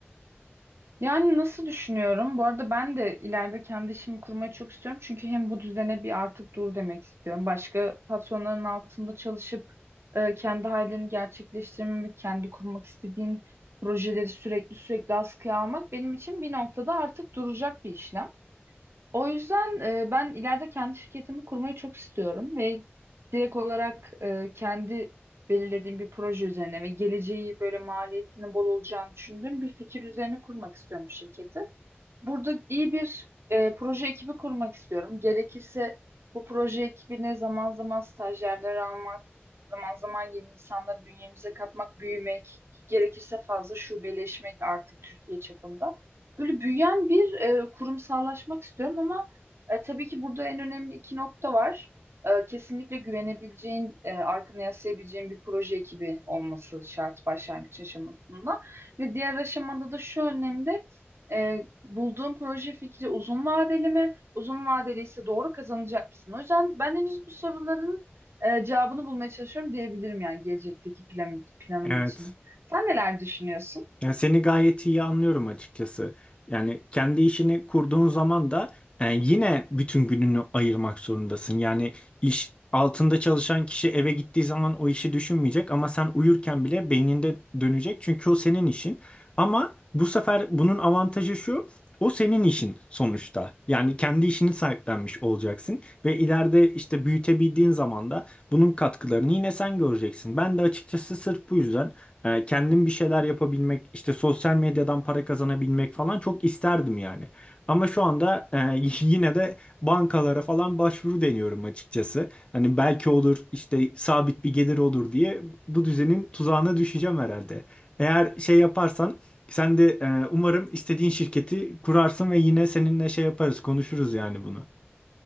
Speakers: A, on the right (about 75°); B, on the left (about 25°).
A: Yani nasıl düşünüyorum? Bu arada ben de ileride kendi işimi kurmayı çok istiyorum. Çünkü hem bu düzene bir artık dur demek istiyorum. Başka patronların altında çalışıp e, kendi hayallerini gerçekleştirmemek, kendi kurmak istediğin projeleri sürekli sürekli askıya almak benim için bir noktada artık duracak bir işlem. O yüzden e, ben ileride kendi şirketimi kurmayı çok istiyorum ve direkt olarak e, kendi belirlediğim bir proje üzerine ve geleceği böyle maliyetinin bol olacağını düşündüğüm bir fikir üzerine kurmak istiyorum bu şirketi. Burada iyi bir e, proje ekibi kurmak istiyorum. Gerekirse bu proje ekibine zaman zaman stajyerler almak, zaman zaman yeni insanları bünyemize katmak, büyümek, gerekirse fazla şubeleşmek artık Türkiye çapında. Böyle büyüyen bir e, kurumsallaşmak istiyorum ama e, tabii ki burada en önemli iki nokta var. E, kesinlikle güvenebileceğin, e, arkana yaslayabileceğin bir proje ekibi olması şart başlangıç aşamasında. Ve diğer aşamada da şu önemli. E, bulduğun proje fikri uzun vadeli mi? Uzun vadeli ise doğru kazanacak mısın? O yüzden ben henüz bu soruların e, cevabını bulmaya çalışıyorum diyebilirim yani gelecekteki plan, planım
B: Evet.
A: için. Sen neler düşünüyorsun?
B: Yani seni gayet iyi anlıyorum açıkçası. Yani kendi işini kurduğun zaman da e, yine bütün gününü ayırmak zorundasın. Yani iş altında çalışan kişi eve gittiği zaman o işi düşünmeyecek ama sen uyurken bile beyninde dönecek. Çünkü o senin işin. Ama bu sefer bunun avantajı şu. O senin işin sonuçta. Yani kendi işini sahiplenmiş olacaksın ve ileride işte büyütebildiğin zaman da bunun katkılarını yine sen göreceksin. Ben de açıkçası sırf bu yüzden e, kendim bir şeyler yapabilmek, işte sosyal medyadan para kazanabilmek falan çok isterdim yani. Ama şu anda e, <laughs> yine de bankalara falan başvuru deniyorum açıkçası. Hani belki olur, işte sabit bir gelir olur diye bu düzenin tuzağına düşeceğim herhalde. Eğer şey yaparsan sen de e, umarım istediğin şirketi kurarsın ve yine seninle şey yaparız, konuşuruz yani bunu.